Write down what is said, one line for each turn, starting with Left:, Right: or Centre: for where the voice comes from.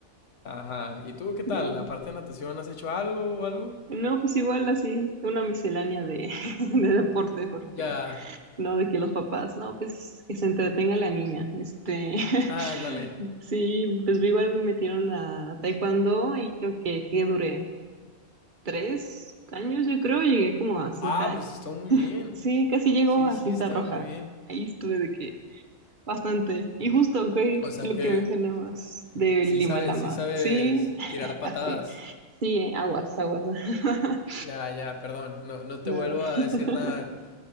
Left: Ajá. ¿Y tú qué tal?
Right: No.
Left: Aparte de natación, ¿has hecho algo o algo?
Right: No, pues igual así, una miscelánea de, <laughs> de deporte, porque
Left: Ya.
Right: no de que los papás, no, pues que se entretenga la niña. Este, <laughs>
Left: Ah, Ándale.
Right: sí, pues igual me metieron a taekwondo y creo que, que duré tres años, yo creo, llegué como a cinta,
Left: Ah, pues está muy bien.
Right: sí, casi llegó
Left: Sí,
Right: a
Left: sí,
Right: cinta
Left: está
Right: roja.
Left: muy bien.
Right: Ahí estuve de que Bastante. Y justo que
Left: O sea
Right: lo
Left: que
Right: que mencionabas de
Left: sí
Right: Lima
Left: sabes,
Right: Lama.
Left: sí sabes
Right: Sí, <laughs>
Left: tirar patadas.
Right: así. Sí, eh, aguas, aguas. <laughs>
Left: Ya, ya, perdón. No, no
Right: Nada.
Left: te vuelvo a
Right: <laughs>
Left: decir nada